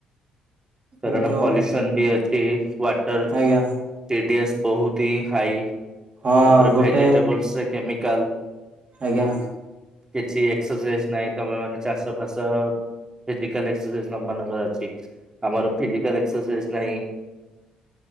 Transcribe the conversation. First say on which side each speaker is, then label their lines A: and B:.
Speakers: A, on the right (about 20°); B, on the right (about 40°).
A: କାରଣ
B: ଏଇ ତ
A: ପଲ୍ୟୁସନବି ଅଛି ୱାଟର
B: ଆଜ୍ଞା
A: ଟି ଡିଏସ୍ ବହୁତ୍ ହି ହାଇ
B: ହଁ
A: ତାପରେ
B: ଗୋଟେ
A: ଭେଜିଟେବଲସ ସେ କେମିକାଲ
B: ଆଜ୍ଞା।
A: କିଛି ଏକ୍ସରସାଇଜ ନାହିଁ ତମେ ମାନେ ଚାଷ ଫାସ ଫିଜିକାଲ ଏକ୍ସରସାଇଁଜ ତମ ମାନଙ୍କ ପାଖରେ ଅଛି। ଆମର ଫିଜିକାଲ ଏକ୍ସରସାଇଜ ନାହିଁ